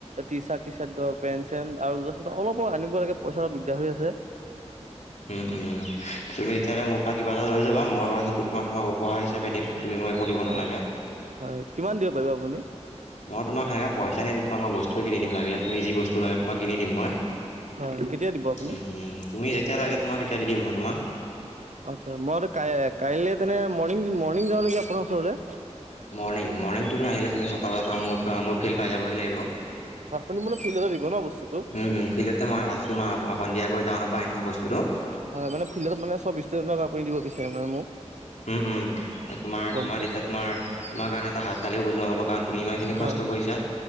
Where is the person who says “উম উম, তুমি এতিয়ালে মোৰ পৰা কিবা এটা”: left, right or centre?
Left